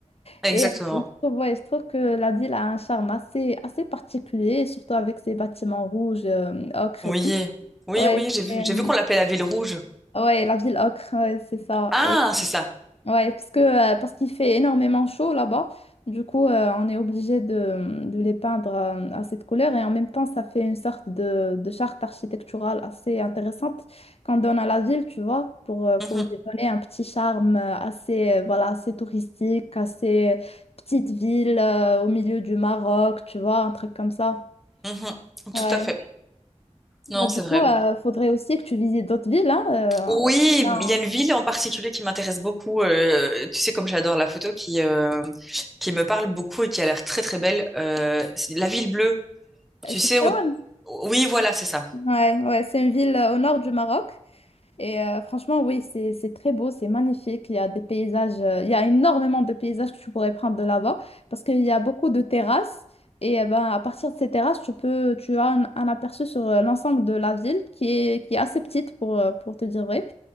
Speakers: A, in the centre; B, on the left (about 55°).
A: exactement.
B: Et euh, je trouve, ouais, je trouve que la ville a un charme assez, assez particulier, surtout avec ses bâtiments rouges, euh, ocre
A: Oui,
B: et tout.
A: oui,
B: Ouais,
A: oui. J'ai vu,
B: c'est,
A: j'ai
B: euh,
A: vu qu'on l'appelait la ville rouge.
B: ouais, la ville ocre, ouais, c'est ça.
A: Ah, c'est ça.
B: Ouais, parce que, euh, parce qu'il fait énormément chaud là-bas. Du coup, euh, on est obligé de, de les peindre euh, à cette couleur et en même temps, ça fait une sorte de, de charte architecturale assez intéressante qu'on donne à la ville, tu vois, pour, euh, pour
A: Mhm,
B: lui donner un petit charme euh, assez, euh, voilà, assez touristique, assez petite ville euh, au milieu du Maroc, tu vois, un truc comme ça.
A: mhm.
B: Ouais.
A: Tout à fait. Non,
B: Bah, du
A: c'est vrai.
B: coup, il faudrait aussi que tu visites d'autres villes, hein.
A: Oui,
B: euh, on a...
A: il y a une ville en particulier qui m'intéresse beaucoup. euh, tu sais, comme j'adore la photo, qui, euh, qui me parle beaucoup et qui a l'air très très belle. euh, c'est la ville bleue. Tu sais
B: Chefchaouen.
A: où... Oui, voilà, c'est ça.
B: Ouais, ouais, c'est une ville euh, au nord du Maroc. Et euh, franchement, oui, c'est c'est très beau, c'est magnifique. Il y a des paysages, euh, il y a énormément de paysages que tu pourrais prendre de là-bas parce qu'il y a beaucoup de terrasses. Et euh, ben, à partir de ces terrasses, tu peux, tu as un, un aperçu sur euh, l'ensemble de la ville qui est, qui est assez petite pour, euh, pour te dire vrai.